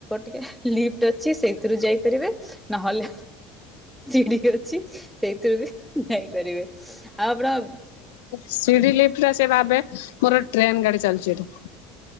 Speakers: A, in the centre; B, on the left.
A: ଟିକେ ଲିଫ୍ଟ ଅଛି ସେଇଥିରୁ ଯାଇପାରିବେ। ନହେଲେ ସିଡି ଅଛି। ସେଇଥିରେ ବି ଯାଇପାରିବେ ଆଉ ଆପଣ
B: ସିଡି ଲିପ୍ଟିରେ ସେ ଭାବେ ମୋର ଟ୍ରେନ୍ ଗାଡି ଚାଲିୁଛି ଏଠି।